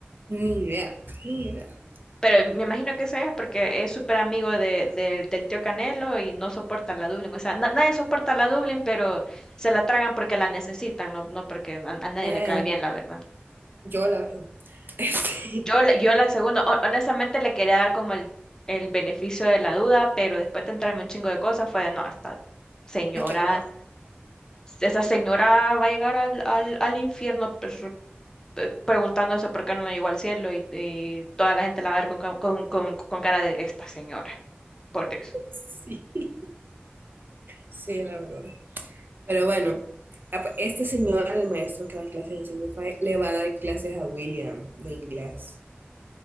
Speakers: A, on the right; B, on the left.
A: Ni idea, ni idea.
B: Pero me imagino que sea porque es súper amigo de, del del tío Canelo y no soporta la Dublin. O sea, na- nadie soporta la Dublin, pero se la tragan porque la necesitan, no, no porque a, a nadie
A: Eh,
B: le cae bien, la verdad.
A: yo, la verdad, <laughs> este,
B: Yo, la- yo la segunda, hon- honestamente le quería dar como el, el beneficio de la duda, pero después de entrarme un chingo de cosas fue de, no, esta señora,
A: es que no.
B: esa señora va a llegar al, al, al infierno per- pe- preguntándose por qué no llegó al cielo y, y toda la gente la va a ver con, ca- con, con, con cara de esta señora, por Dios.
A: Sí, sí, la verdad. Pero bueno, ap- este señor, el maestro que da clases en Signify, le va a dar clases a William de inglés.